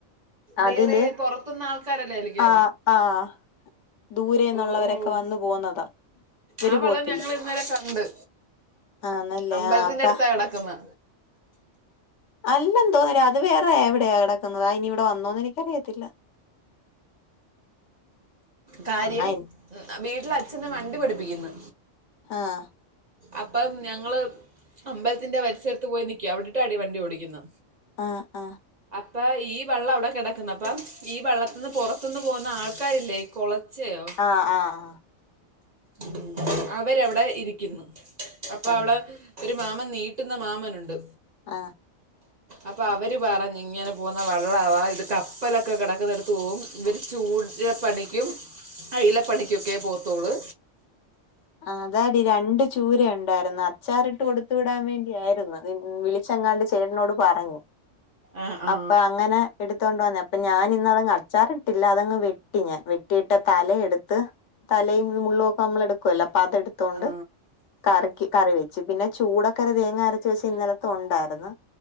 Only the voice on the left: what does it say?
അതില്
ആഹ് ആഹ് ദൂരെന്നുള്ളവരൊക്കെ
വന്നു പോന്നതാ ഇവര്
പോവത്തില്ല
ആന്നല്ലേ
ആഹ് അപ്പ
അല്ലന്ന് തോന്ന്ണെടി അത് വേറെ എവിടെയാ കെടക്കുന്നത് ആ ഇനി ഇവടെ വന്നോന്ന് എനിക്കറിയത്തില്ല.
അയിന്
ആഹ്
ആഹ് അ
ആഹ് ആഹ് ആഹ്
ആഹ്
ആഹ്
ആഹ് അതാടി രണ്ട് ചൂര ഇണ്ടായിര്ന്ന് അച്ചാറിട്ട് കൊടുത്തുവിടാൻ വേണ്ടിയായിരുന്ന്. അതി വിളി ച്ചെങ്ങാണ്ട് ചേട്ടനോട് പറഞ്ഞ്
അപ്പൊ അങ്ങനെ എടുത്തോണ്ട് വന്നയാ. അപ്പ ഞാനിന്ന്‌ അതങ്ങ് അച്ചാറിട്ടില്ല അതങ്ങ് വെട്ടി ഞാൻ വെട്ടിയിട്ട് തലയെട്ത്ത് തലയും മുള്ള് ഒക്കെ നമ്മളെടുക്കല്ലോ അപ്പ അതെടുത്തോണ്ട്
കറിയ്ക്ക് കറി വെച്ച്. പിന്നെ ചൂടകറി തേങ്ങ അരച്ച് വെച്ചെ ഇന്നലത്തെ ഉണ്ടായിരുന്ന്.